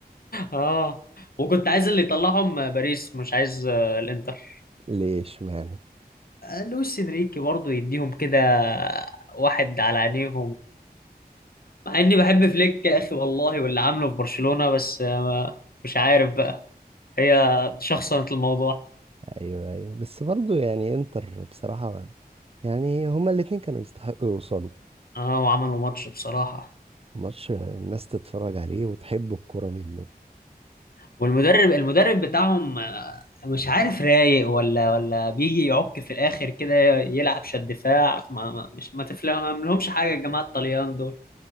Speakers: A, on the left (about 65°); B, on the right (about 35°).
A: اه وكنت عايز اللي يطلعهم باريس مش عايز آه، الانتر
B: <laughs> ليش معنى
A: آه، لويس انريكي برضه يديهم كده واحد على عينيهم مع اني بحب فليك يا اخي والله واللي عامله في برشلونة بس آه، مش عارف بقى هي شخصنت الموضوع
B: ايوه ايوه بس برضو يعني انتر بصراحة يعني هما الاتنين كانوا يستحقوا يوصلوا
A: اه وعملوا ماتش بصراحة
B: ماتش الناس تتفرج عليه وتحب الكرة منه
A: والمدرب المدرب بتاعهم آه، مش عارف رايق ولا ولا بيجي يعك في الاخر كده يلعب شد دفاع ما ما مش ما تفهم لهمش حاجة الجماعة الطليان دول